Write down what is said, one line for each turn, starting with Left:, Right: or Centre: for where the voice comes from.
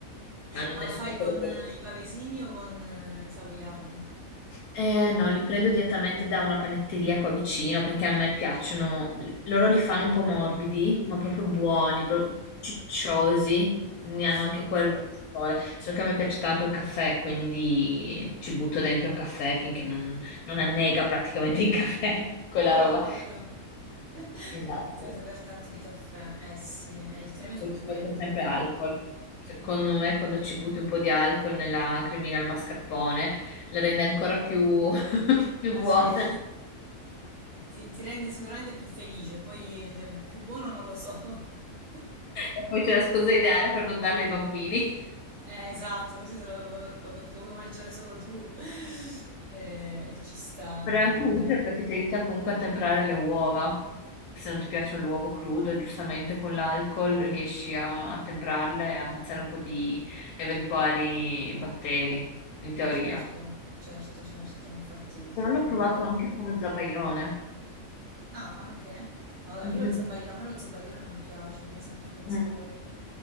Left: ma
Right: Ma
Left: nessuno
Right: lo fai
Left: può
Right: con
Left: piacere.
Right: eh, i pavesini o con eh, i savoiardi?
Left: Eh, no, li prendo direttamente da una panetteria qua vicino perché a me piacciono. Loro li fanno un po' morbidi, ma proprio buoni,
Right: Ok?
Left: proprio cicciosi, quindi
Right: Sì.
Left: hanno anche quello sapore. Solo che a me piace tanto il caffè, quindi ci butto dentro il caffè finché non, non annega praticamente il caffè, <laughs> quella
Right: Ah,
Left: roba.
Right: proprio. <laughs>
Left: Esatto.
Right: Deve, deve saper tanto di caffè. Eh sì, eh, il tiramisù
Left: o ci
Right: è quello
Left: mette
Right: il
Left: sempre
Right: bello.
Left: alcol. Secondo me, quando ci butti un po' di alcol nella cremina al mascarpone, la rende ancora più, <laughs> più
Right: Ah
Left: buona.
Right: sì? <laughs> Ti, ti rende sicuramente più felice, poi se è più buono non lo so. <laughs>
Left: E poi c'è la scusa ideale per non darla ai bambini.
Right: Eh, esatto, così te lo, lo pu- lo puoi mangiare solo tu. <laughs> Eh, E, ci sta, no,
Left: Però è anche
Right: vabbè.
Left: utile perché ti aiuta comunque a temprare le uova. Se non ti piace l'uovo crudo, giustamente con l'alcol riesci a, a temprarle e a ammazzare un po' di eventuali batteri, in teoria.
Right: Eh, certo, certo, certo, infatti sì,
Left: Però
Right: vabbè,
Left: l'ho
Right: l'u-
Left: provato
Right: l'uovo
Left: anche
Right: crudo.
Left: con lo zabaione.
Right: Ah, anche? eh? Allora,
Left: Mm,
Right: io lo zabaione, a me lo zabaione non piace, per esempio, come
Left: mm,
Right: sapore.
Left: mm.